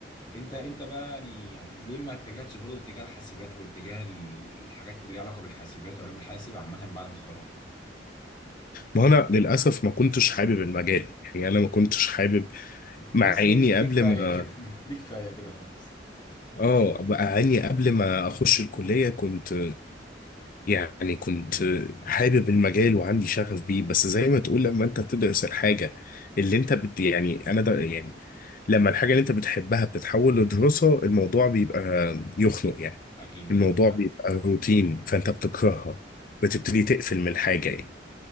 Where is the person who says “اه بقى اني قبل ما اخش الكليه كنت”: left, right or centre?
Left